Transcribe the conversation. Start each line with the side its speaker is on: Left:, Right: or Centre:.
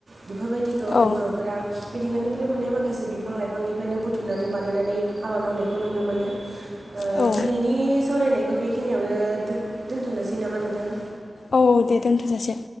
Right: बेफोरबायदिखौ
Left: औ
Right: बर'फोरा मिथिंगानिफ्राय मोननाय माखासे बिफां लाइफांनिफ्रायनो बुथुमनानै बानायनानै आबाद मावनायखौ नुनो मोनो। ओ
Left: औ
Right: दिनैनि सावरायनायखौ बेखिनियावनो दोन दोन्थ'नोसै नामा नोंथां?
Left: औ औ दे दोनथ'जासेै।